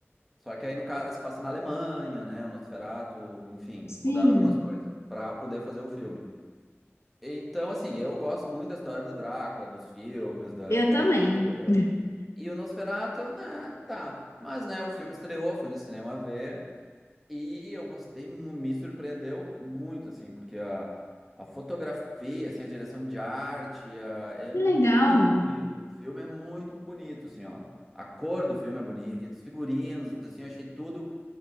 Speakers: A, in the centre; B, on the left.
A: Só que aí no caso se passa na Alemanha, né? O Nosferatu, enfim,
B: Sim,
A: eles mudaram algumas coisas para poder fazer o filme. Então, assim, eu gosto muito da história do Drácula, dos filmes, da
B: eu
A: literatura.
B: também. <laughs>
A: E o Nosferatu, eu, né, tá. Mas, né, o filme estreou, fui no cinema ver. E eu gostei, mu- me surpreendeu muito, assim, porque a, a fotografia, assim, a direção de arte, a- é
B: Que
A: muito
B: legal,
A: bonito. O filme é muito bonito, assim, ó. A cor do filme é bonita, os figurinos, assim, eu achei tudo